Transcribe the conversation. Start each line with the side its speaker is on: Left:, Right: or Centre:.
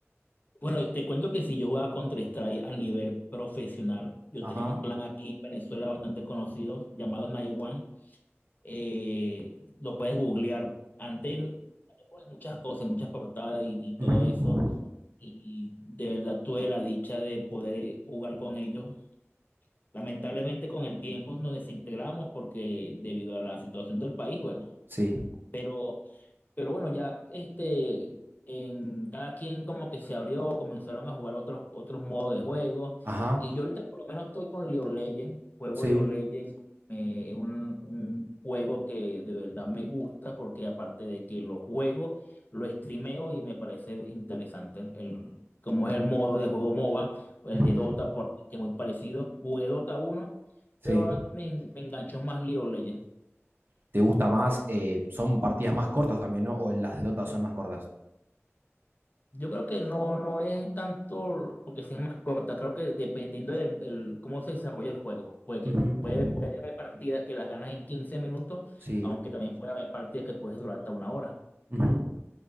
Left: Bueno, te cuento que si yo jugaba Counter-Strike a nivel profesional, yo
Right: Ajá.
Left: tenía un clan aquí en Venezuela bastante conocido llamado Night One. Eh, lo puedes googlear. Antes ponen muchas cosas, muchas portadas y, y todo
Right: ujú,
Left: eso. Y de verdad tuve la dicha de poder jugar con ellos. Lamentablemente con el tiempo nos desintegramos porque debido a la situación del país, bueno.
Right: Sí.
Left: Pero, pero bueno, ya este, en cada quien como que se abrió, comenzaron a jugar otros, otros modos de juego.
Right: Ajá.
Left: Y yo ahorita por lo menos estoy con League of Legends, juego
Right: Sí.
Left: League of Legends, eh, es un, un juego que de verdad me gusta porque aparte de que lo juego, lo streameo y me parece interesante el, el- como es el modo de juego MOBA, o el
Right: ujú,
Left: de Dota, porque es muy parecido. Jugué Dota uno
Right: Sí.
Left: pero ahora me, me enganchó más League of Legends.
Right: ¿Te gusta más? eh, son partidas más cortas también, ¿no? ¿O las de Dota son más cortas?
Left: Yo creo que no, no es tanto porque sea más corta, creo que dependiendo del el- cómo se desarrolla el juego, porque
Right: Ujú,
Left: puede, puede haber partidas que las ganas en 15 minutos,
Right: Sí.
Left: aunque también puede haber partidas que puedes durar hasta una hora.
Right: ujú.